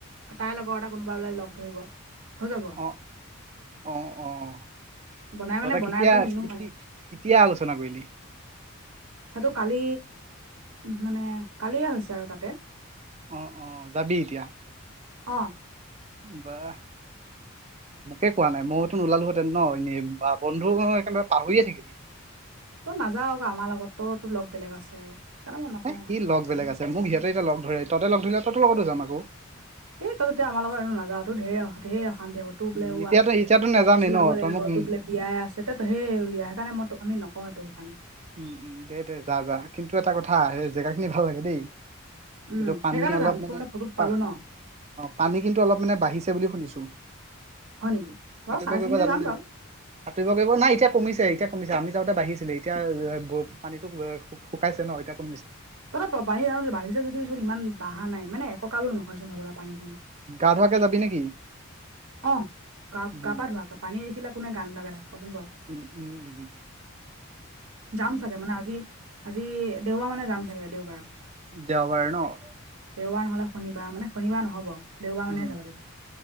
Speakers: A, on the right; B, on the right.
A: তাইৰ লগৰ এটা কোনোবা বোলে লগ ধৰিব, হৈ যাব।
B: অ, অ।
A: বনাই
B: তহঁতে
A: মানে বনাই
B: কেতিয়া,
A: কৰি নিনো মানে
B: কেতিয়া আলোচনা কৰিলি?
A: কথাটো কালি মানে কালিয়ে হৈছে আৰু তাতে।
B: অ, অ, যাবি এতিয়া।
A: অ'।
B: বাহ। মোকে কোৱা নাই মইতো নোলালোহেঁতেন বন্ধু একেবাৰে পাহৰিয়ে থাকিলি।
A: তই নাযাও আকৌ আমাৰ লগ বেলেগ আছে আৰু। সেইকাৰণে মই নকওঁ
B: এ
A: আৰু
B: কি লগ বেলেগ আছে মোক সিহঁতে এতিয়া লগ ধৰে ততে লগ ধৰিলে ততো লগতো যাম আকৌ।
A: এই তইতো এতিয়া আমাৰ লগত নোযোৱা ঢেৰ ধেৰ অশান্তি হ'ব।
B: উম
A: ওলোৱা
B: এতিয়াতো এতিয়াতো নাযামেই
A: চিলাব
B: ন তই
A: লাগিব
B: মোক
A: তোলে। বিয়াই আছে ত সেই উলিয়াই সেইকাৰণে মই ত আমি নকওঁ এইটো সেইকাৰণে।
B: উম উম, দে দে যা যা কিন্তু এটা কথা সেই জেগা খিনি ভাল লাগে দেই।
A: উম
B: কিন্তু পানী
A: সেইকাৰণে
B: অলপ
A: যাম
B: মানে,
A: তোৰ ফটোত পালো
B: পা
A: ন
B: পানী কিন্তু অলপ মানে বাঢ়িছে বুলি শুনিছো।
A: হয় নেকি বাৰু
B: সাঁতুৰিব
A: চাই চিন্তি
B: কৰিব জান
A: যাম
B: নাই?
A: বাৰু
B: সাঁতুৰিব কৰিব নাই এতিয়া কমিছে এতিয়া কমিছে আমি যাওঁতে বাঢ়িছিলে। এতিয়া পানীতো শুকাইছে ন এতিয়া কমিছে।
A: তত পা পানী ধাঙনি বাঢ়িছে যদি চোন ইমান বহা নাই মানে এককালো নহয় চোন হ'বা পানী খিনি।
B: গা ধোৱাকে যাবি নেকি?
A: অ
B: উম
A: গা, পা ধোৱাকে পানী দেখিলে কোনে গা নোধোৱাকৈ থাকে কচোন বাও।
B: উম উম উহু।
A: যাম চাগে মানে আজি, আজি দেওবাৰ মানে যাম চাগে দেওবাৰ।
B: দেওবাৰ নহ।
A: দেওবাৰ নহ'লে শনিবাৰ মানে শনিবাৰ নহ'ব দেওবাৰ মানেহে
B: উম
A: যাব লিগ-